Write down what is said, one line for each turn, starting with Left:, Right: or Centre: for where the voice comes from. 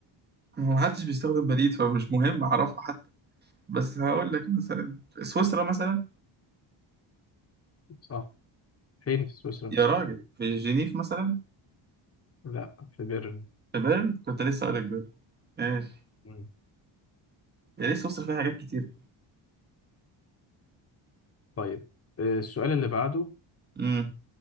Right: هو محدش بيستخدم بليد فمش مهم أعرفه حتى بس هقول لك مثلا في سويسرا مثلا
Left: صح فين في سويسرا؟
Right: يا راجل في جنيف مثلا
Left: لا في بيرن
Right: في بيرن كنت لسه أقول لك بيرن ماشي
Left: مم.
Right: يا ليه سويسرا فيها حاجات كتير
Left: طيب آه، السؤال اللي بعده
Right: امم